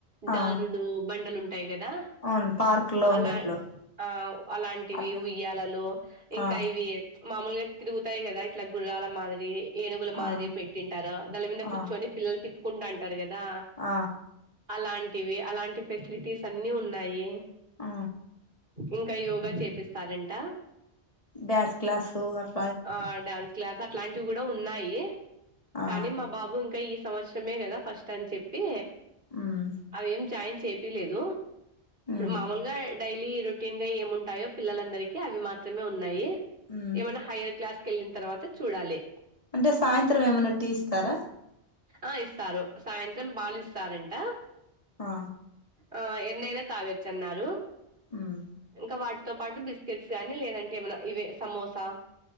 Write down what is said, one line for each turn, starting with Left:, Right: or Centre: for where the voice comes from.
Right: జారుడు
Left: ఆ
Right: బండలుం టయి కదా
Left: అవును పార్క్ లో
Right: అలా
Left: ఉన్నట్లు
Right: ఆ అలాంటివి
Left: అట్లా
Right: ఉయ్యాలలు ఇంకా
Left: ఆ
Right: ఇవి మామూలుగా తిరుగుతాయి కదా ఇట్లా గుర్రాల మాదిరి ఏనుగుల మాదిరి
Left: ఆ
Right: పెట్టింటారు దాని మీద కూర్చొని
Left: ఆ
Right: పిల్లలు తిప్పుకుంటు అంటారు కదా
Left: ఆ
Right: అలాంటివి అలాంటి ఫెసిలిటీస్ అన్నీ ఉన్నాయి
Left: ఆ
Right: ఇంక యోగా చేపిస్తారంట
Left: డ్యాన్స్ క్లాసు అట్
Right: ఆ డ్యాన్స్ క్లాస్ అట్లాంటివి కూడ ఉన్నాయి
Left: ఆ
Right: కానీ మా బాబు ఇంక ఈ సంవత్సరమే కద ఫస్ట్ అని చెప్పి
Left: ఉమ్
Right: అవేం జాయిన్ చేపిలేదు ఇప్పుడు
Left: ఉమ్
Right: మామూలుగ డైలీ రొటీన్ గ ఏముంటాయో పిల్లలందరికీ అవి మాత్రమే ఉన్నాయి
Left: ఉమ్
Right: ఏమైన్న హైయ్యర్ క్లాస్ కెళ్ళిన తర్వాత చూడాలి
Left: అంటె సాయంత్రం ఏమైన్న టీ ఇస్తార
Right: ఆ ఇస్తారు సాయంత్రం పాలు ఇస్తారంట
Left: ఆ
Right: ఆ ఎన్నైన తాగొచ్చ అన్నారు
Left: ఉమ్
Right: ఇంక వాటితో పాటు బిస్కెట్స్ కాని లేదంటే ఏమైన ఇవే సమోసా